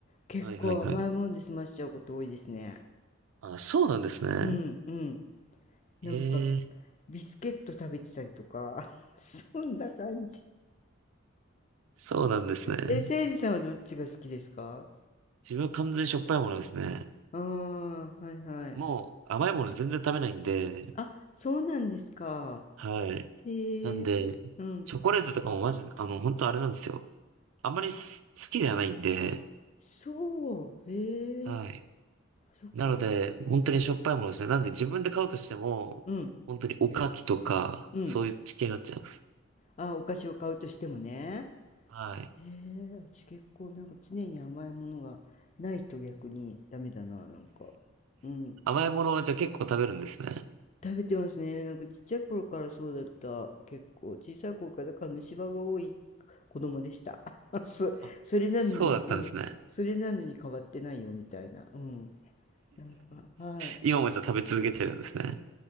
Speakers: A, on the left (about 35°); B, on the right (about 85°).
A: 結構甘いもんで済ましちゃうこと多いですね。
B: はいはいはい。あ、そうなんですね。
A: うん、うん。なんか、
B: ええ
A: ビスケット食べてたりとか、<laughs> そんな感じ。
B: そうなんですね。
A: え、えせいじさんはどっちが好きですか
B: 自分は完全にしょっぱいものですね。
A: ああー、はいはい。
B: もう甘いもの全然食べないんで、
A: あ、そうなんですか。
B: はい。
A: へえ、
B: なんで、
A: うん。
B: チョコレートとかもマジ、あの、本当あれなんですよ。あんまりす好きではないんで、
A: あ、そう、へえ、
B: はい。
A: そっかそっか。
B: なので、本当にしょっぱいものですね。
A: うん
B: なんで自分で買うとしても、
A: うん、
B: 本当におかきとか、
A: うん。
B: そういう地形になっちゃいます。
A: あ、お菓子を買うとしてもね。
B: はい。
A: へえ、私結構なんか常に甘いものがないと逆にダメだな、なんか。うん。
B: 甘いものはじゃあ結構食べるんですね。
A: 食べてますね。なんかちっちゃい頃からそうだった。結構小さい頃から、だから虫歯が多い子供でした。<laughs> そ、
B: あ、
A: それなのに、
B: そうだったんですね。
A: うん。それなのに変わってないよみたいな。うん。なんか、はい。
B: 今もじゃあ食べ続けてるんですね。